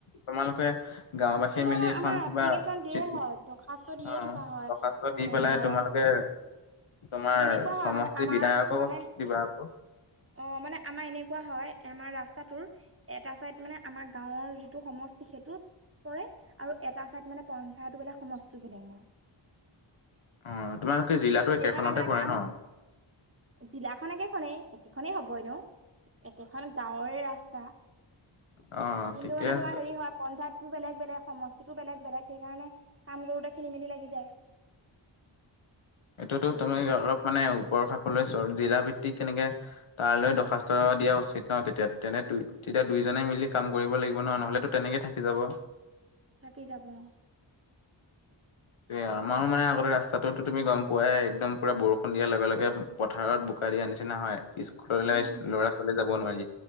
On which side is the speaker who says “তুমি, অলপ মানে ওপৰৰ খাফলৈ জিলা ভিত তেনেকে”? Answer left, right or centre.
Left